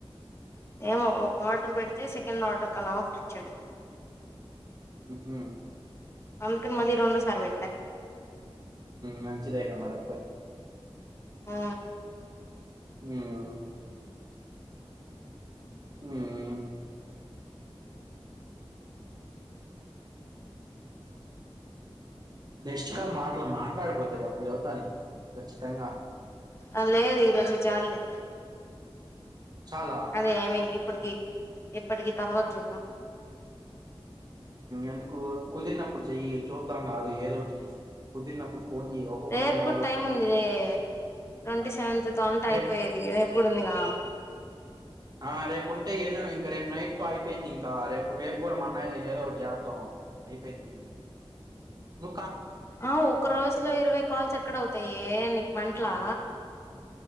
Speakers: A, on the left; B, on the right.
A: ఏమో ఒక ఆర్డర్ పెడితే సెకండ్ ఆర్డర్ కలా ఆఫర్ ఇచ్చాడు
B: ఉహూ
A: అందుకని మళ్ళీ రెండో సారి పెట్ట
B: మంచిదేగా మరిత
A: ఆ
B: హ్మ్ ఉమ్ నెక్స్ట్ కాల్ మాటలు మాట్లాడికపోతే అప్పుడు చెప్తా నీకు ఖచ్చితంగా
A: అ లేది ఈ రోజుకి చాల్లే
B: చాలా
A: అదే ఐ మీన్ ఇప్పటికి ఎప్పటికి తర్వాత చూద్దాం
B: ఎందుకు కుదిరినప్పుడు చెయ్ చూద్దాం కాదు ఏదో చేసి కుదిరినప్పుడు ఫోన్ చేయి ఒక్కొక్కటైనా
A: రేపు కూడా
B: అవగొట్టుకున్నాం
A: టైమ్ ఉంది
B: చిన్నగా.
A: లే ట్వంటీ సెవెంతత్ తో అంట
B: రేపు
A: అయిపోయేది రేపు కూడా ఉంది ఆ
B: ఆ రేపు ఉంటే ఏద ఇంక రేపు నైట్ తో అయిపోయిది ఇంకా రేపు రేపు కూడా అన్న ఏదో ఒకటి జెత్తాం అయిపోయిది ను
A: ఆ ఒక రోజు లో ఇరవై కాల్స్ ఎక్కడ అవుతాయ నీకు పంటలా